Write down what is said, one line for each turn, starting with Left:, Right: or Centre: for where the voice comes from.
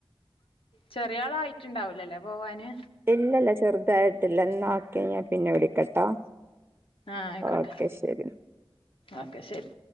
Left: ചെറിയാൾ ആയിട്ടുണ്ടാവലല്ലേ പോവാന്
Right: ഇല്ലല്ല ചെറുതായിട്ടില്ല എന്ന ഒക്കെ ഞാൻ പിന്നെ വിളിക്കട്ടോ
Left: ആഹ് ആയിക്കോട്ടെ
Right: ഓക്കെ ശരി
Left: ഓക്കെ ശരി